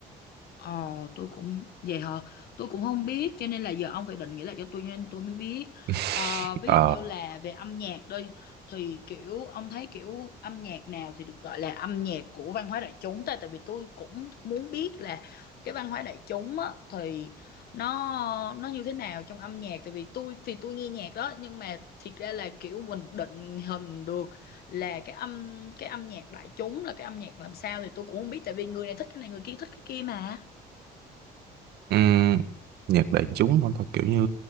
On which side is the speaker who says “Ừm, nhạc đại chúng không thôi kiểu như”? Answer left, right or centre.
Right